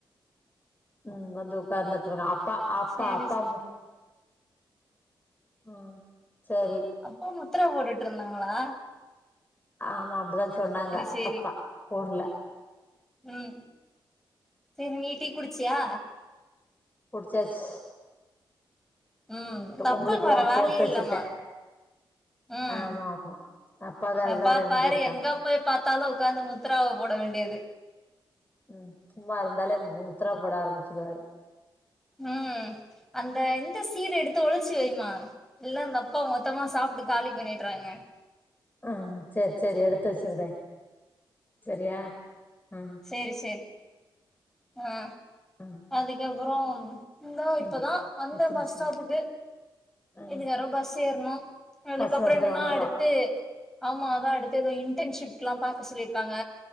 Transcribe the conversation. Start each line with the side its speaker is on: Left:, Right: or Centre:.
Left: ம் வந்து உக்காந்துட்ருக்கா அப்பா அப்பா
Centre: சேரி
Left: அப்பா
Centre: சே
Left: <unintelligible> அ சரி
Centre: அப்போ முத்ரா போட்டுட்டு இருந்தாங்களா
Left: ஆமா அப்டிதா சொன்னாங்க
Centre: சேரி
Left: அப்பா ஃபோன்ல
Centre: ம் சரி நீ டீ குடிச்சியா
Left: குடிசாச்
Centre: ம் இந்த அப்பாக்கு
Left: உங்களுக்கு
Centre: வேற வேலேயே
Left: போட்டு வச்சிருக்கே
Centre: இல்லமா ம்
Left: ஆமா ஆமா அப்பாக்கு அது
Centre: எப்பா
Left: தவிர என்ன
Centre: பாரு
Left: தெரியு
Centre: எங்கப் போய் பாத்தாலு உக்காந்து முத்ராவ போட வேண்டியது
Left: ம் சும்மா இருந்தாலே முத்ரா போட ஆரம்பிச்சிருவாரு
Centre: ம் அந்த இந்த சீடு எடுத்து ஒளிச்சு வைமா இல்ல இந்த அப்பா மொத்தமா சாப்ட்டு காலி பண்ணிட்றாங்க
Left: ஆ சரி சரி எடுத்து வச்சிருதே சரியா ஆ
Centre: சரி சரி ஆ
Left: ம்
Centre: அதுக்கப்புறோ இந்தா இப்பதா
Left: ம்
Centre: வந்த
Left: பத்து
Centre: பஸ்
Left: நிமிஷோ
Centre: ஸ்டாப்புக்கு
Left: ம்
Centre: எது நேரோ பஸ் ஏற்ணு அதுக்கப்புற
Left: பஸ் வந்துரு
Centre: என்னன்னா
Left: வந்துரு
Centre: அடுத்து ஆமா அதா அடுத்து எதோ இன்டன்ஷிப்க்ல்லா பாக்க சொல்லிருக்காங்க